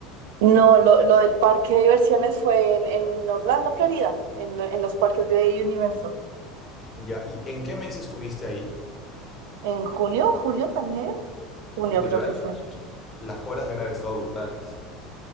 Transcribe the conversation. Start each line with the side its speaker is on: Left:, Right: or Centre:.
Right: No, lo, lo del parque de diversiones fue en, en Orlando, Florida, en, en los parques de Universal.
Left: Ya, ¿y en qué mes estuviste ahí?
Right: ¿En junio? ¿Julio también? Junio
Left: Uy,
Right: creo
Left: debe
Right: que fue.
Left: Las colas deben haber estado brutales.